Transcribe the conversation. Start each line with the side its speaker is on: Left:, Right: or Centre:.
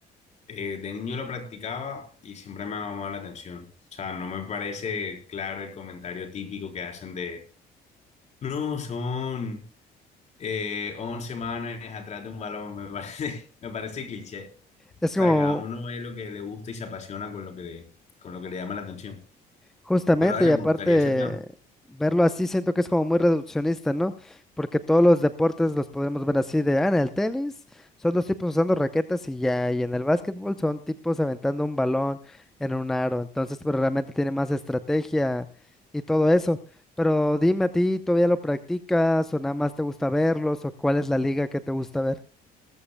Left: eh, de niño lo practicaba y siempre me ha llamado la atención. O sea, no me parece claro el comentario típico que hacen de, no, son eh, 11 manes atrás de un balón, me parece, <laughs> me parece cliché. O
Centre: Es
Left: sea,
Centre: como,
Left: cada uno ve lo que le gusta y se apasiona con lo que le, con lo que le llama la atención.
Centre: Justamente,
Left: Pero dale,
Centre: y
Left: me
Centre: aparte,
Left: gustaría ese plan.
Centre: verlo así siento que es como muy reduccionista, ¿no? Porque todos los deportes los podremos ver así de, ah, en el tenis son los tipos usando raquetas y ya, y en el básquetbol son tipos aventando un balón en un aro, entonces, pero realmente tiene más estrategia y todo eso. Pero dime a ti, ¿todavía lo practicas o nada más te gusta verlos o cuál es la liga que te gusta ver?